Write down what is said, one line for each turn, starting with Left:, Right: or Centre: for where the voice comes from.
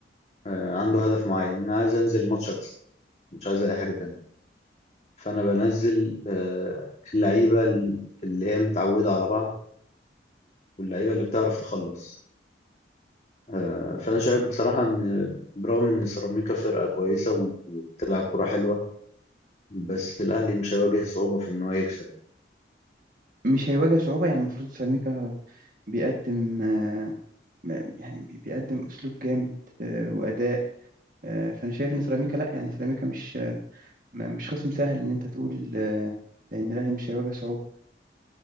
Left: آه، عنده هدف معين أنا عايز أنزل ماتش أكسب مش عايز أي حاجة تانية فأنا بنزل آه، اللعيبة اللي هي متعودة على بعض واللعيبة اللي بتعرف تخلص آه، فأنا شايف بصراحة إن برغم إن سيراميكا فرقة كويسة وبتلعب كرة حلوة بس الأهلي مش هيواجه صعوبة في إن هو يكسب
Right: مش هيواجه صعوبه يعني المفروض سيراميكا بيقدم آه، يعني بي- بيقدم اسلوب جامد آه، واداء آه، فانا شايف ان سيراميكا لا يعني سيراميكا مش آه، مش خصم سهل ان انت تقول آه، ان الاهلي مش هيواجه صعوبه